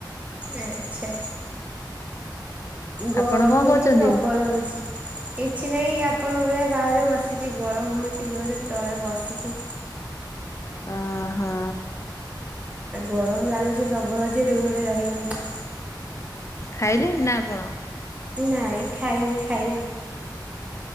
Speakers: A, on the right; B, on the left.
A: ଆଛା। ଗରମ
B: ଆପଣ କଣ
A: ତ
B: କରୁଛନ୍ତି?
A: ପୁରା ପ୍ରବଳ ହଉଛି। କିଛି ନାହିଁ ଆପଣଙ୍କ ଭଳିଆ ବାହାରେ ବସିଛି ଗରମ ହଉଛି ଜୋରରେ ତଳେ ବସିଛି।
B: ଆ ହା।
A: ଗରମ ଲାଗୁଛି ପ୍ରବଳ ଯେ ରୁମ ରେ ରହି ହଉନି।
B: ଖାଇଲେଣି ନା ଆପଣ?
A: ନାଇଁ ଖାଇନୁ ଖାଇବୁ।